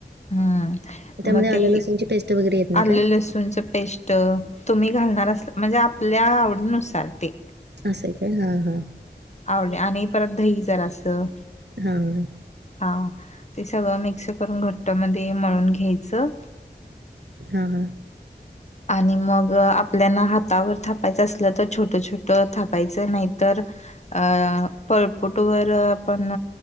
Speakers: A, on the left (about 40°); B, on the right (about 85°).
A: हम्म
B: त्यामध्ये
A: मग
B: आलं
A: ते
B: लसूनची पेस्ट वगैरे येत नाही
A: आलं
B: काय?
A: लसूणची पेस्ट... तुम्ही घालणार असाल... म्हणजे आपल्या आवडीनुसार ते
B: असं ए काय... हा हा
A: आवड्या आणि परत दही जरासं.
B: हा हा.
A: हा ते सगळं मिक्स करून... घट्ट मध्ये मळून घ्यायचं
B: हा हा.
A: आणि मग... आपल्यांना हातावर थापायचं असलं तर छोटं छोट थापायचं... नाहीतर अं... पळपूटवर आपण...